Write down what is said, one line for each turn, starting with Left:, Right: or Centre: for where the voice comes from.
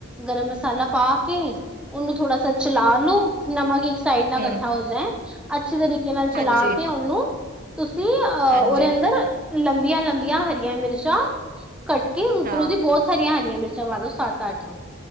Centre: ਗਰਮ ਮਸਾਲਾ
Right: ਹਮ
Centre: ਪਾ ਕੇ। ਉਹਨੂੰ ਥੋੜਾ ਚਲਾ ਲੋ ਨਮਕ ਇੱਕ ਸਾਈਡ ਨਾਲ
Right: ਹਮ
Centre: ਇਕੱਠਾ ਹੋ ਜਾਏ ਅੱਛੇ ਤਰੀਕੇ ਨਾਲ
Right: ਹਾਂਜੀ
Centre: ਚਲਾ ਕੇ ਉਹਨੂੰ ਤੁਸੀਂ ਅਹ
Right: ਹਾਂਜੀ
Centre: ਉਹਦੇ ਅੰਦਰ ਲੰਬੀਆਂ ਲੰਬੀਆਂ ਹਰੀਆਂ ਮਿਰਚਾਂ ਕੱਟ ਕੇ ਉੱਪਰ
Right: ਹਾਂ
Centre: ਉਹਦੀ ਬਹੁਤ ਸਾਰੀਆਂ ਹਰ ਰੀਆ ਮਿਰਚਾਂ ਪਾ ਦੋ। ਸੱਤ ਅੱਠ